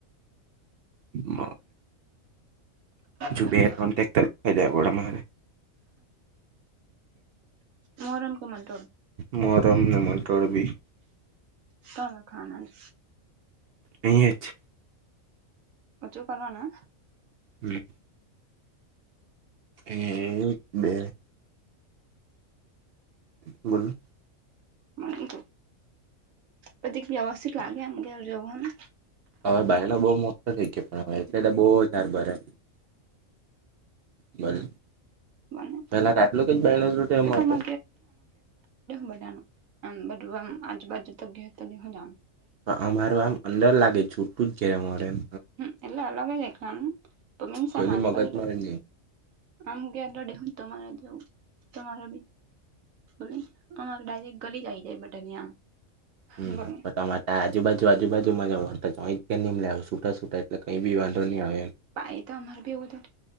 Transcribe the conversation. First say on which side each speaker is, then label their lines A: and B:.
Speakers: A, on the right (about 65°); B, on the right (about 80°).
A: બ હજુ
B: કઈ
A: બેક.
B: નઈ
A: અજ ગળ મારે.
B: મોરમ ક મન્ટોળ.
A: મહરમને મટોળવી.
B: તલા ખાના જ.
A: પેચ.
B: ઓછું કરવાના.
A: હમ. એક બે. બોલો.
B: મી પછી વ્યવસ્થિત લાગે આમ ઘ જવું હને.
A: હવે ભાઈ ના બહુ મો. થઈ પણ હવે એટલે તો બહ સારબરે બલ.
B: <unintelligible>
A: પેલા
B: તો
A: આટલું જ બાયણો છૂટે એમ
B: ડ હું
A: હતો
B: બટાનુંમ બ આજ બાજુ ત ગયો તો દ હું જામ.
A: અમાર આમ અંદર લાગે છૂટું જ જ અમારે એમ.
B: હમ એટલે અલગ જ ખનું મિન સાજુ
A: કોઈની મગજમાં
B: બાજુટ.
A: જ નહીં
B: આમ ગલાડે હું તમારા જાઉં તમારા બી બો અમા ડાયરેક્ટ ગલી જ આવી જાય બટાની આમ.
A: હમ
B: બોલ
A: તો તમામાં. તા આજબાજુ આજુબાજુ મ વાંધતા જોઈ જ નહીને લાવ્યો સુટાૂટ એટલે કંઈ બી વાંધો નહી આવે એમ.
B: ભાઈ તો અમાર ભી એવું તો